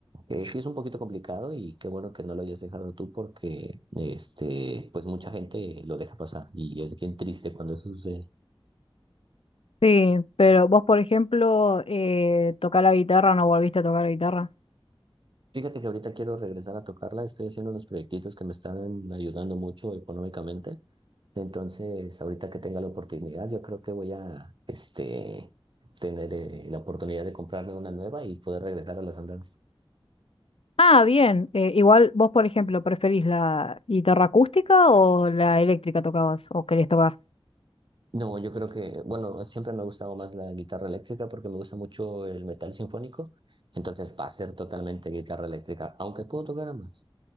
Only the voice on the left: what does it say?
Sí, pero vos, por ejemplo, eh, tocar la guitarra, ¿no volviste a tocar la guitarra?
Ah, bien. Eh, igual vos, por ejemplo, ¿preferís la guitarra acústica o la eléctrica tocabas o querés tocar?